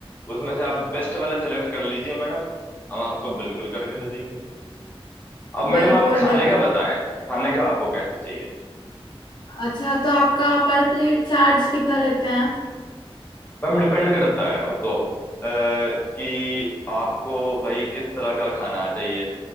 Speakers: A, on the left; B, on the left.
A: उसमें से आप बेस्ट वाले सेलेक्ट कर लीजिए मैडम हम आपको बिल्कुल करके दे देंगे अब मैडम
B: बिल्कुल
A: आप खाने
B: बिल्कुल।
A: का बताएं खाने का आपको कैसे चाहिए?
B: अच्छा तो आपका पर प्लेट चार्ज कितना लेते हैं
A: मैम डिपेंड करता है वो तो अ, कि आपको भाई किस तरह का खाना चाहिए